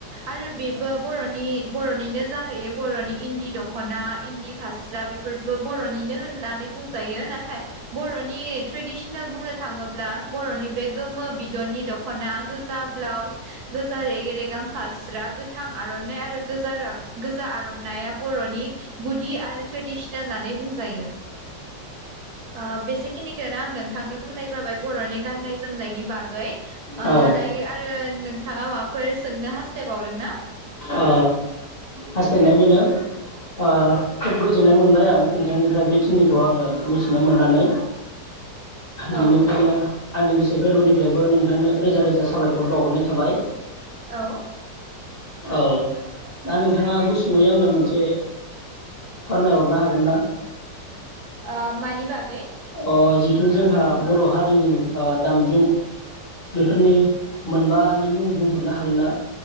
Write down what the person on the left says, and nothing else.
औ
ओ हास्थायनाया बेनो ओ खोब गोजोननाय मोनबाय आं नोंथांनिफ्राय बेखिनिखौ आङो मिथिनो मोननानै बिनिखायनो
आंनि गोसो गोरबोनिफ्रायबो नोंथांनो रोजा रोजा साबायखर बावहरनाय थाबाय
औ दा नोंथाङा गुसुङै आंनो मोनसे फोरमायहरनो हागोन ना?
अ जिथु जोंहा बर हारिनि ओ दामजुं बेफोरनि मोनबानि मुं बुंहरनो हागोन ना?